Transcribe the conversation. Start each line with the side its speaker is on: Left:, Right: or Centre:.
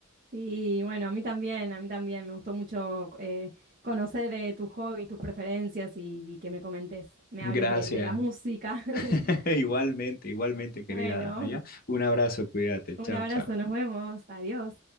Right: Sí, bueno, a mí también, a mí también. Me gustó mucho eh, conocer eh, tus hobbies, tus preferencias y, y que me comentes, me
Left: <laughs>
Right: hables
Left: Gracias.
Right: de, de la música. <laughs>
Left: <laughs> Igualmente, igualmente, querida
Right: Bueno,
Left: Dana, ¿ya? Un abrazo, cuídate,
Right: un
Left: chao,
Right: abrazo,
Left: chao.
Right: nos vemos, adiós.